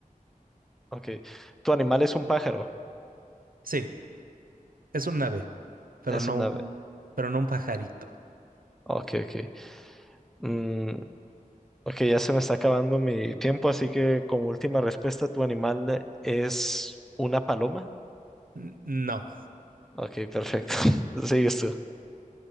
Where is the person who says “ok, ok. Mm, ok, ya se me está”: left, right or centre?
Centre